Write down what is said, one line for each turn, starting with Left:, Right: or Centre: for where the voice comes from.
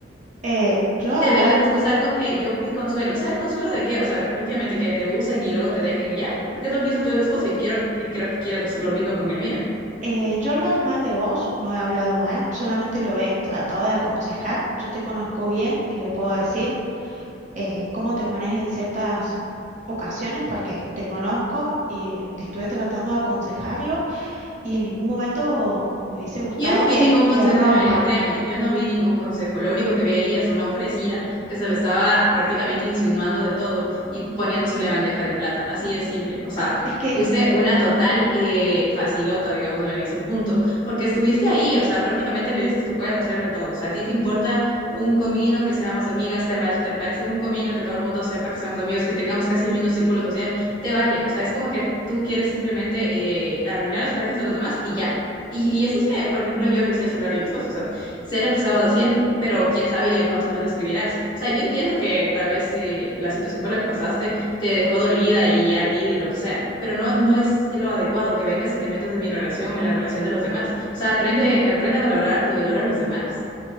Right: eh, yo
Left: Y te
Right: hablar,
Left: vengas a excusar con que yo fui consuelo. O sea, ¿el consuelo de qué? O sea, prácticamente que te usan y luego te dejan y ya, porque es lo que hizo tu esposo y quiero, y creo que quieras hacer lo mismo con el mío.
Right: eh, yo hablar mal de vos, no he hablado mal, solamente lo he tratado de aconsejar. Yo te conozco bien y le puedo decir eh, cómo te pones en ciertas ocasiones, porque te conozco y estuve tratando de aconsejarlo y en ningún momento me hubiese gustado
Left: Yo no
Right: que,
Left: vi ningún consejo
Right: que rompan.
Left: Noelia, créeme, yo no vi ningún consejo. Lo único que vi ahí es una ofrecida que se le estaba prácticamente insinuando de todo y poniéndosele bandeja de plata. Así de simple. O sea,
Right: Es que
Left: fuiste una total eh, facilota, digamos, en ese punto, porque estuviste ahí. O sea, prácticamente le dices que puedes hacer de todo. O sea, a ti te importa un comino que seamos amigas, te vale, te parece un comino que todo el mundo sepa que seamos amigos, que tengamos casi el mismo círculo social, te vale. O sea, es como que tú quieres simplemente eh, arruinar las parejas de los demás y ya. Y, y eso es que, por ejemplo, yo revisé el celular de mi esposo, o sea, sé lo que estabas haciendo, pero quién sabe y a cuántos más le escribirás. O sea, yo entiendo que tal vez eh, la situación por la que pasaste te dejó dolida y ardida y lo que sea, pero no, no es lo adecuado que vengas y te metas en mi relación o en la relación de los demás. O sea, aprende, aprende a valorarte y valora a los demás.